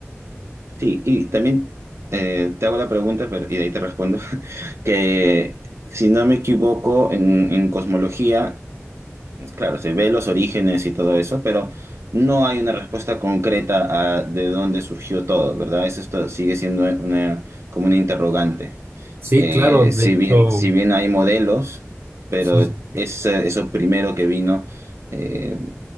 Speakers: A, on the right; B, on the right.
A: sí, y también eh, te hago la pregunta, pero, y de ahí te respondo, <laughs> que si no me equivoco, en, en cosmología, claro, se ve los orígenes y todo eso, pero no hay una respuesta concreta a de dónde surgió todo, ¿verdad? Eso esto sigue siendo una, como una interrogante.
B: Sí,
A: Eh,
B: claro, de
A: si
B: Sí. hecho,
A: bien, si bien hay modelos, pero
B: sí,
A: es eh, eso primero que vino. eh,